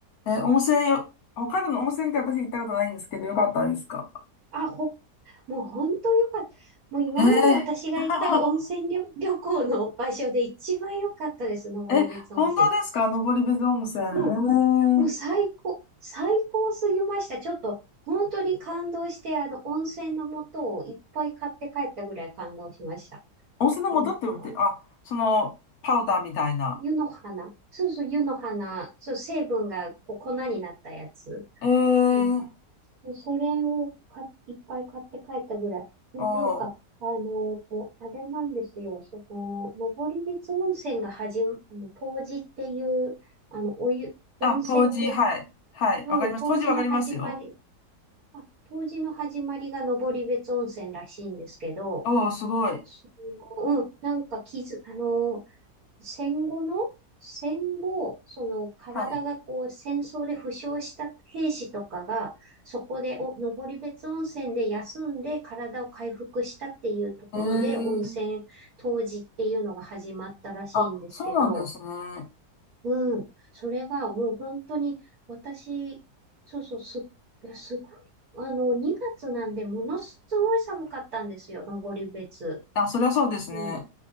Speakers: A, on the left; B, on the right.
A: え、温泉よ、北海道の温泉って私行ったことないんですけど、よかったですか
B: あ、ほ、もう本当よかった。もう今まで私が行った温泉旅、
A: えー、<laughs>
B: 旅行の場所で一番良かったです、登別温泉。
A: え、本当ですか登別温泉。えー
B: うん。もう最高、最高すぎました。ちょっと本当に感動して、あの、温泉の素をいっぱい買って帰ったぐらい感動しました。
A: 温泉の素って売って、
B: なんか、
A: あ、その、パウダーみたいな。
B: 湯の花。そうそう、湯の花。そう、成分がこう粉になったやつ。
A: えー、
B: なんか、そそれをかいっぱい買って帰ったぐらい。でもなんか、
A: おー、
B: あの、あれなんですよ。その、登別温泉が始ま、あの、冬至っていう、あの、お湯、温泉で、
A: あ、当時、はい、はい、
B: うん、
A: わかります。
B: 冬至の始まり、
A: 当時わかりますよ。
B: まあ、冬至の始まりが登別温泉らしいんですけど、
A: おー、すごい。
B: その、うん、なんか傷、あの、戦後の、戦後、その体がこう戦争で負傷した兵士とかが、
A: はい。
B: そこでお登別温泉で休んで体を回復したっていうところで温泉、
A: えー、
B: 冬至っていうのが始まったらしいんですけど、
A: あ、そうなんですね。
B: うん。それがもう本当に私、そうそう、す、いやすごい。あの、2月なんでものすごい寒かったんですよ、登別。
A: あ、そりゃそうですね。
B: も